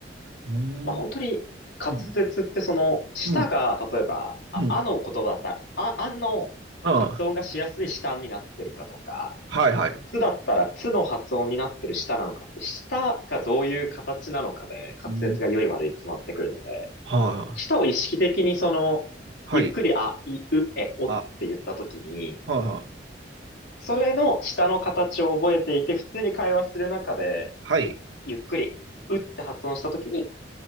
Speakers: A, on the right; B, on the left.
A: うーん、
B: まあ本当に滑舌ってその舌が例えば、
A: うん、うん、
B: あ、
A: うん、
B: あの言葉だったら、あ、あの発音がしやすい舌になってるかとか、
A: うん、はいはい。
B: つだったらつの発音になってる舌なのかって、舌がどういう形なのかで、滑舌が良い悪い決まってくるので、
A: うん、はい、
B: 舌を意識的にその、
A: はい、
B: ゆっくりあ、い、う、え、おって言ったときに、
A: あ、はい、はい、
B: それの舌の形を覚えていて、普通に会話する中で、
A: はい、
B: ゆっくり、うって発音したときに、